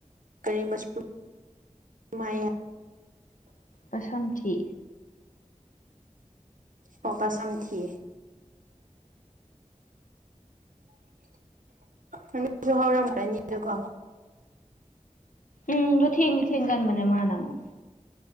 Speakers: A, on the right; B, on the left.
A: ꯀꯔꯤ ꯃꯁꯔꯨꯝ ꯍꯥꯏꯌꯦ
B: ꯄꯥꯁꯝꯊꯤ
A: ꯑꯣ ꯄꯁꯝꯊꯤꯑꯦ ꯅꯪꯁꯨ ꯍꯧꯔꯝ ꯀꯅꯤꯗꯀꯣ
B: <unintelligible> ꯊꯦꯡꯗꯤ ꯊꯦꯡꯒꯟꯕꯅꯦ ꯃꯅꯥ ꯑꯃꯨꯛ